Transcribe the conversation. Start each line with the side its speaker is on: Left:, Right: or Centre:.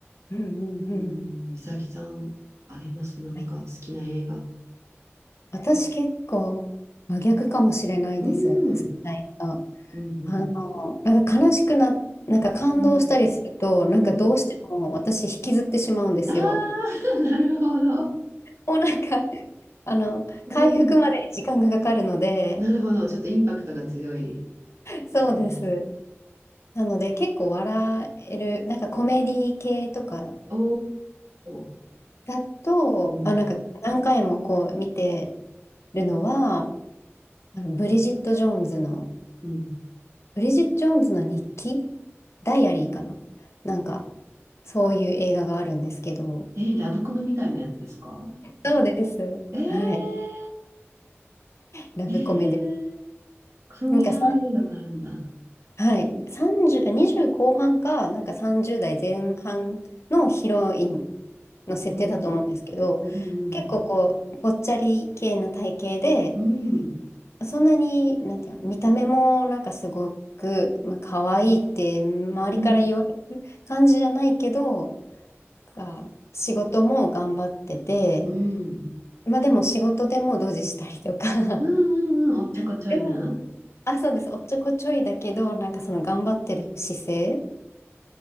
Left: うんうんうん。
Right: うん、美咲さん、ありますなんか好きな映画。
Left: はい。私結構真逆かもしれないです。
Right: うん。
Left: 好きな人。
Right: うん。うん、
Left: あの、なんか悲しくな、なんか感動したりすると、
Right: うん。
Left: なんかどうしても私引きずってしまうんですよ。
Right: うんああ、<laughs> なるほど。
Left: もうなんか、<laughs> あの、
Right: うん。
Left: 回復までに時間がかかるので、
Right: なるほど。ちょっとインパクトが強い
Left: そうです。
Right: ですね。
Left: なので結構笑える、なんかコメディ系とか
Right: おー。
Left: だと、
Right: うん。
Left: あ、なんか何回もこう見てるのは、あのブリジット・ジョーンズの、
Right: うん。
Left: ブリジット・ジョーンズの日記ダイアリーかななんか、そういう映画があるんですけど、
Right: えー、ラブコメみたいなやつですか
Left: そうです。
Right: えー、
Left: はい。ラブコメで。
Right: えー、そういう映画があるんだ。
Left: なんかさん、はい。30、20後半か、なんか30代前半のヒロインの設定だと思うんですけど、
Right: うん。うん
Left: 結構こう、ぽっちゃり系な体型で、
Right: うん。うん。
Left: そんなに、なんていうの、見た目もなんかすごく、まあ、可愛いって周りから言われる感じじゃないけど、
Right: うん。
Left: が仕事も頑張ってて、
Right: うん
Left: まあでも仕事でもドジしたりとか、
Right: うんうん。おっちょこちょいな。
Left: <laughs> でも、あ、そうです、おっちょこちょいだけど、なんかその頑張ってる姿勢